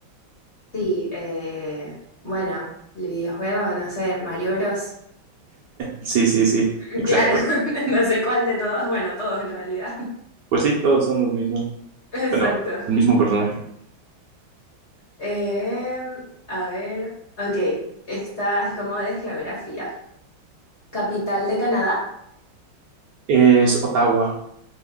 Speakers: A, on the left; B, on the right.
A: Sí, eh, bueno, el videojuego, no sé, Mario Bros.
B: Sí, sí, sí,
A: <laughs>
B: exacto.
A: Claro, <laughs> no sé cuál de todos, bueno, todos en realidad.
B: Pues sí, todos son los mismos.
A: <laughs> Exacto.
B: Bueno, el mismo personaje.
A: Em, a ver, ok, esta es como de geografía. Capital de Canadá.
B: Es Ottawa.